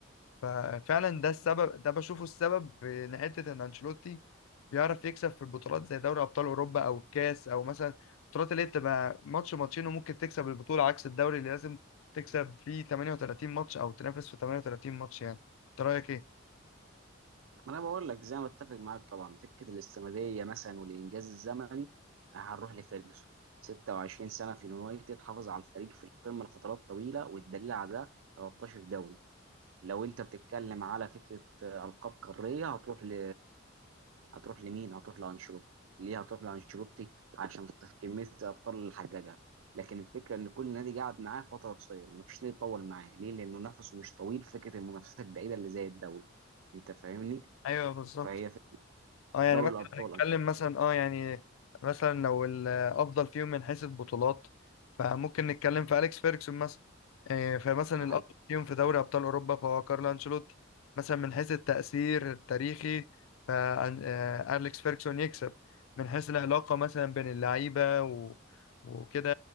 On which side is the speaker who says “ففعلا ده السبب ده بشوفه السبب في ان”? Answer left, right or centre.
Left